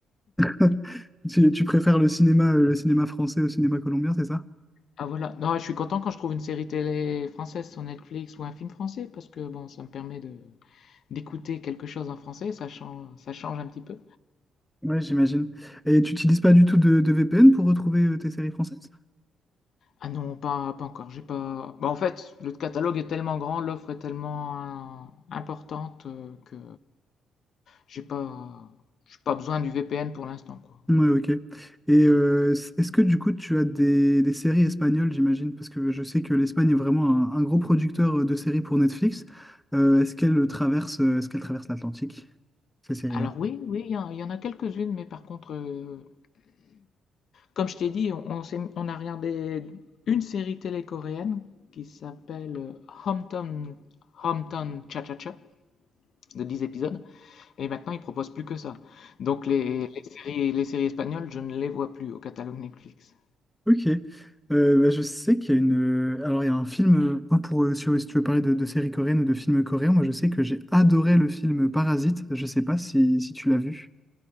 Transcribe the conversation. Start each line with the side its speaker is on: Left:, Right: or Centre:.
Centre: <laughs> Tu, tu préfères le cinéma, euh, le cinéma français au cinéma colombien, c'est ça?
Left: Ah voilà, non, je suis content quand je trouve une série télé française sur Netflix ou un film français, parce que bon, ça me permet de d'écouter quelque chose en français, ça change, ça change un petit peu.
Centre: Ouais, j'imagine. Et tu n'utilises pas du tout de, de VPN pour retrouver euh, tes séries françaises?
Left: Ah non, pas, pas encore. J'ai pas. Bah, en fait, le catalogue est tellement grand, l'offre est tellement euh, importante euh, que j'ai pas, j'ai pas besoin du VPN pour l'instant, quoi.
Centre: Ouais, ok. Et euh, s- est-ce que du coup tu as des, des séries espagnoles, j'imagine? Parce que je sais que l'Espagne est vraiment un, un gros producteur de séries pour Netflix. Euh, est-ce qu'elle traverse, est-ce qu'elle traverse l'Atlantique, ces séries-là?
Left: Alors oui, oui, il y, en il y en a quelques-unes, mais par contre, euh, comme je t'ai dit, on, on s'est- on a regardé une série télé coréenne qui s'appelle euh, Hometown, Hometown Cha-Cha-Cha de 10 épisodes, et maintenant ils proposent plus que ça. Donc les, les séries, les séries espagnoles, je ne les vois plus au catalogue Netflix.
Centre: Ok. Euh, bah, je sais qu'il y a une. Alors, il y a un film, euh, pas pour, euh, si, si tu veux parler de, de séries coréennes ou de films coréens, moi je sais que j'ai adoré le film Parasite. Je sais pas si, si tu l'as vu.